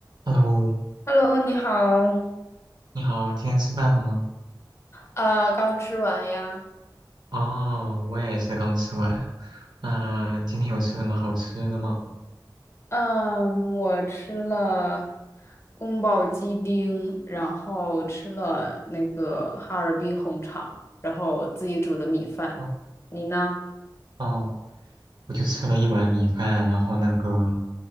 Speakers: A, on the right; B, on the left.
A: Hello，
B: Hello，你好。
A: 你好，今天吃饭了吗？
B: 呃，刚吃完呀。
A: 哦，我也是刚吃完。那今天有吃什么好吃的吗？
B: 嗯，我吃了宫保鸡丁，然后吃了那个哈尔滨红肠，然后自己煮的米饭。
A: 嗯，
B: 你呢？
A: 哦，我就吃了一碗米饭，然后那个